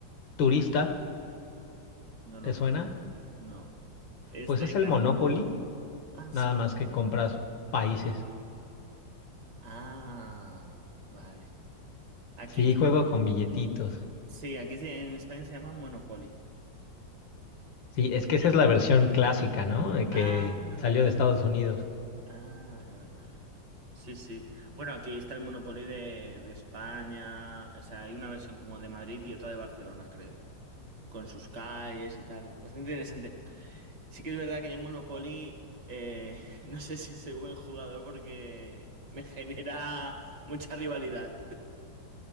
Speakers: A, on the left; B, on the right.
A: turista,
B: No lo
A: ¿te suena?
B: conozco. No. Es
A: Pues
B: de
A: es el
B: cartas.
A: Monopoly,
B: Ah,
A: nada
B: sí.
A: más que compras países.
B: Ah, vale. Aquí
A: Sí,
B: se-
A: juego con billetitos.
B: sí, aquí se- en España se llama Monopoly.
A: Sí, es
B: Y-
A: que esa es la versión clásica, ¿no? De Que
B: Ah,
A: salió
B: vale.
A: de Estados Unidos.
B: Ah, vale, vale, vale. vale. Sí, sí. Bueno, aquí está el Monopoly de, de España. O sea, hay una versión como de Madrid y otra de Barcelona, creo. Con sus calles y tal. Bastante interesante. Sí que es verdad que yo el Monopoly, eh, <laughs> no sé si soy buen jugador porque me genera mucha rivalidad. <laughs>